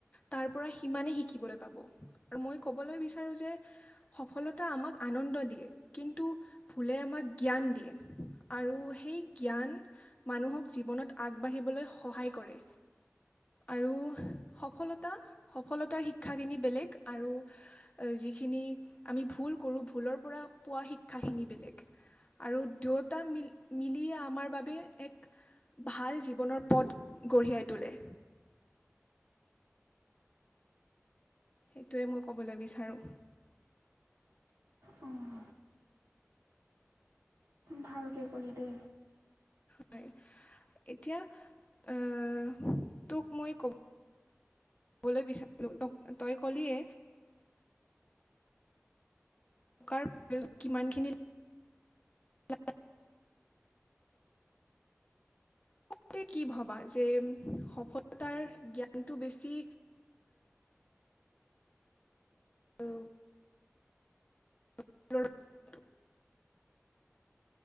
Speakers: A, on the left; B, on the right.
A: তাৰ পৰা সিমানেই শিকিবলৈ পাব। আৰু মই ক'বলৈ বিচাৰোঁ যে, সফলতা আমাক আনন্দ দিয়ে কিন্তু ভুলে আমাক জ্ঞান দিয়ে আৰু সেই জ্ঞান মানুহক জীৱনত আগবাঢ়িবলৈ সহায় কৰে। আৰু সফলতা, সফলতাৰ শিক্ষাখিনি বেলেগ আৰু যিখিনি আমি ভুল কৰোঁ, ভুলৰ পৰা পোৱা শিক্ষাখিনি বেলেগ। আৰু দুয়োটা মিল-মিলিয়ে আমাৰ বাবে এক ভাল জীৱনৰ পথ গঢ়িয়াই তোলে। সেইটোৱে মই ক'বলৈ বিচাৰোঁ।
B: উম। ভালকে ক'লি দে।
A: হয়। এতিয়া আহ, তোক মই ক ক'বলৈ বিচাৰিলো, ত-তই ক'লিয়ে কাৰণ <unintelligible> কিমানখিনি লাগিব তে' কি ভবা যে, সফলতাৰ জ্ঞানটো বেছি অ' <unintelligible>